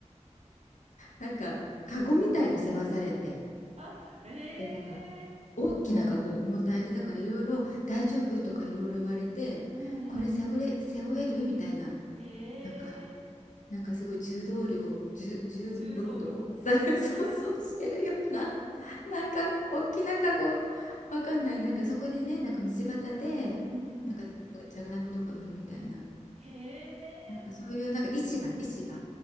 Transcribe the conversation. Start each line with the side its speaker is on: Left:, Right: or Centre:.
Left: なんか、カゴみたいの背負わされて、
Right: あ、へ
Left: で、なんか、
Right: え
Left: 大きなカゴ重たいで、だからいろいろ大丈夫とかいろいろ言われて、
Right: うんうんうん。
Left: これ背負え、背負えるみたいな、
Right: へ
Left: なんか、
Right: え、
Left: なんかすごい重労働、重、重労働され、
Right: 重労働うん、
Left: <laughs> そうそうしてるような、
Right: <laughs> うん
Left: <laughs> なんか大きなカゴ、わかんない、なんかそこでね、なんか道端で、
Right: うん。
Left: なんかじゃ、じゃがいもとか売るみたいな、
Right: へえ、
Left: なんかそういう、なんか市場、市場。